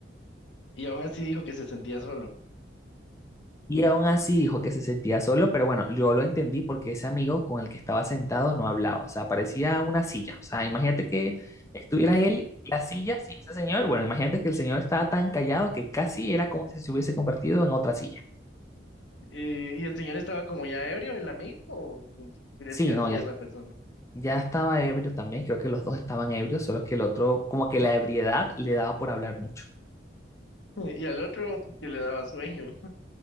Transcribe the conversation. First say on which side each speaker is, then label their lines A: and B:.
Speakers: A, on the left; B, on the left.
A: Y aún así dijo que se sentía solo.
B: Y aún así dijo que se sentía solo, pero bueno, yo lo entendí porque ese amigo con el que estaba sentado no hablaba, o sea, parecía una silla. O sea, imagínate que estuviera él y la silla sin ese señor. Bueno, imagínate que el señor estaba tan callado que casi era como si se hubiese convertido en otra silla.
A: Eh, ¿Y el señor estaba como ya ebrio, el amigo? ¿O cómo crees
B: Sí,
A: que así
B: no, ya
A: es la persona?
B: Ya estaba ebrio también, creo que los dos estaban ebrios, solo que el otro, como que
A: <laughs>
B: la ebriedad le daba por hablar mucho.
A: Y al otro que le daba sueño.